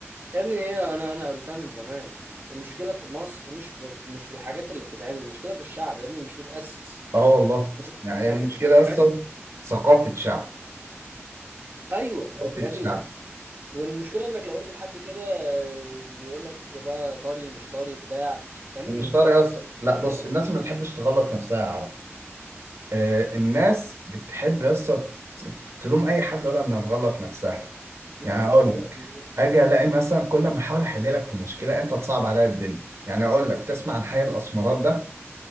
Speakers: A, on the right; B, on the right.
A: يا ابني ايه انا انا قلتها من زمان المشكلة في مصر مش في مش في الحاجات اللي بتتعمل المشكلة في الشعب يا ابني مش متأسس
B: اه والله
A: مش قلت
B: يعني هي
A: حاجة
B: المشكله
A: انا مش
B: اصلا
A: عايز
B: ثقافه شعب
A: ايوه
B: ثقافه
A: يا ابني
B: شعب
A: والمشكلة انك لو قلت لحد كده آه، بيقول لك بقى طري مش طري بتاع يا ابني
B: المشتري
A: دي نظافة
B: يا اسطى لا بص
A: إيه؟
B: الناس ما بتحبش تغلط نفسها يا عرف آه الناس بتحب يا اسطى تلوم اي حد ولا انها تغلط نفسها يعني
A: انت صح
B: اقول لك
A: يا ابني
B: اجي الاقي مثلا كل ما احاول احل لك في مشكله انت تصعب عليا الدنيا يعني اقول لك تسمع عن حي الاسمرات ده